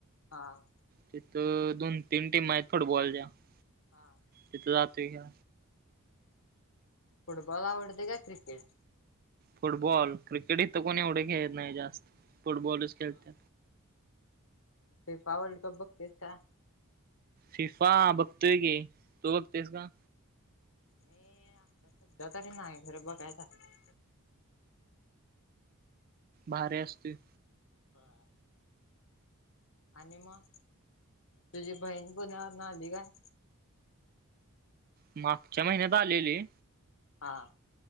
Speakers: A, on the left; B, on the right.
A: हा
B: तिथं दोन तीन टीम आहेत फुटबॉलच्या <unintelligible>
A: हा <inaudible> <unintelligible> <unintelligible>
B: तिथ जात घ्या
A: फुटबॉल आवडतय का क्रिकेट.
B: फुटबॉल क्रिकेटही तर कोणी एवढे खेळत नाही जास्त फुटबॉलच खेळत.
A: हा फिफा वर्ल्ड कप बघतेस का.
B: शिफा बघतोय की तू बघतेस का.
A: मी आता सध्या तरी नाही घर बघायचं हाय.
B: भारी असतोय.
A: बर. आणि मग तुझी बहीण पुण्यावरून आली काय.
B: मागच्या महिन्यात आलेली.
A: हां.